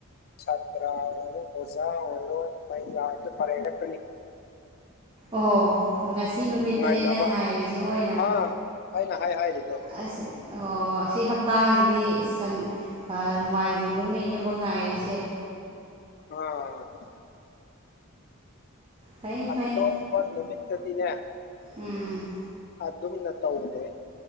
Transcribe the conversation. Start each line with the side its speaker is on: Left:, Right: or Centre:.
Left: ꯁꯥꯇꯔꯥ ꯑꯣꯏꯔꯣ ꯑꯣꯖꯥ ꯑꯣꯏꯔꯣ ꯃꯌꯥꯗ ꯄꯥꯔꯦꯡ ꯂꯦꯞꯄꯥꯅꯤ
Right: ꯑꯣ ꯉꯁꯤ ꯅꯨꯃꯤꯠꯇꯅꯦ
Left: ꯉꯥꯏꯅꯕ
Right: ꯅꯪ ꯉꯥꯏꯔꯤꯁꯦ ꯃꯣꯏꯅ
Left: ꯍꯥ ꯑꯩꯅ ꯍꯥꯏ ꯍꯥꯏꯔꯤꯗꯣ
Right: ꯑꯁ ꯑꯣ ꯑꯁꯤ ꯍꯞꯇꯥꯒꯤꯗꯤ ꯁꯟ ꯑ ꯅꯣꯡꯃꯥꯏꯖꯤꯡ ꯅꯨꯃꯤꯠꯅꯦꯕ ꯉꯥꯏꯔꯤꯁꯦ
Left: ꯑꯥ
Right: ꯐꯩ
Left: ꯑꯠꯇꯣꯄ
Right: ꯐꯩ
Left: ꯅꯨꯃꯤꯠꯇꯗꯤꯅꯦ
Right: ꯎꯝ
Left: ꯑꯗꯨꯝꯅ ꯇꯧꯗꯦ